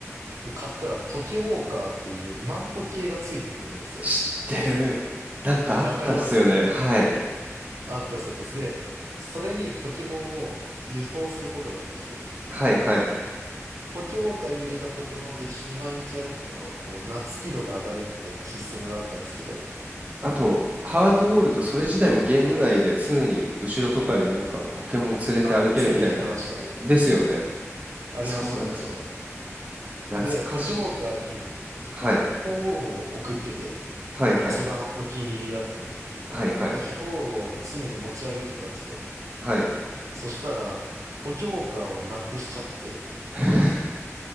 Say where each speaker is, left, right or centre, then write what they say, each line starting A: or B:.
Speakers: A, on the right (about 80°); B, on the right (about 25°).
A: で、買ったらポケウォーカーっていう万歩計がついてくるんですよ。
B: 知ってる。なんかあったっすよね。
A: わかります
B: はい。
A: あったですあったです。で、それにポケモンを輸送することができて、
B: はいはい。
A: ポケウォーカーに入れたポケモンと一緒に毎日歩くと、こう、夏輝度が上がるみたいなシステムがあったんですけど、
B: あと、ハートゴールド、それ自体もゲーム内で常に後ろとかになんかポケモン連れて歩けるみたいな。
A: あ、ついてきてました。
B: ですよね。
A: ありました、
B: そうだそうだ。
A: ありました。
B: 懐かしい。
A: で、ポケウォーカーに、
B: はい。
A: 鳳凰を送ってて、
B: はいはいは。
A: まあ一番お気に入りだったんで。
B: はいはい。
A: で、本を常に持ち歩いてたんですよ。
B: はい。
A: そしたら、ポケモンカーをなくしちゃって、
B: <laughs>